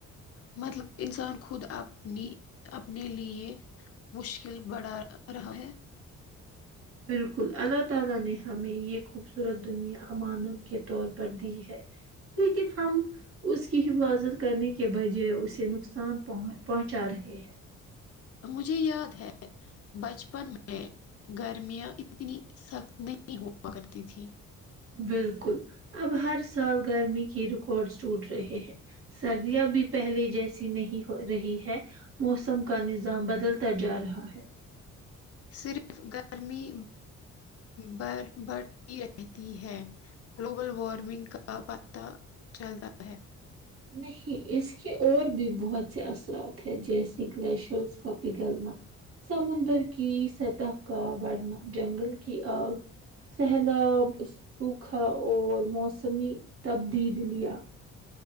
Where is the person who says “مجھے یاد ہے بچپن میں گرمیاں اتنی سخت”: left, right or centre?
Left